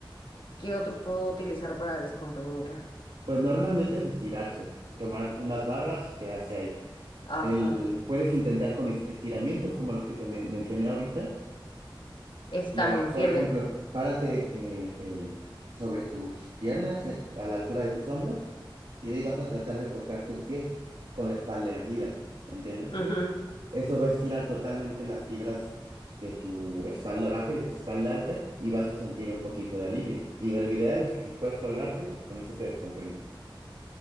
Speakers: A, on the left; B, on the right.
A: ¿qué otro puedo utilizar para descomprimirla?
B: Pues normalmente es estirarse, tomar unas barras y quedarse ahí.
A: Ajá.
B: El, puedes intentar con es- estiramientos como los que te men- mencioné ahorita.
A: Eso
B: Mira,
A: también
B: por
A: sirve.
B: ejemplo, párate eh, em, sobre tus piernas, eh, a la altura de tus hombros, y de ahí vas a tratar de tocar tus pies con la espalda erguida, ¿me entiendes?
A: Ujú.
B: Eso va a estirar totalmente las fibras de tu espalda baja y de tu espalda alta y vas a sentir un poquito de alivio. Digo, lo ideal es que si puedes colgarte, pues con eso te descomprimes.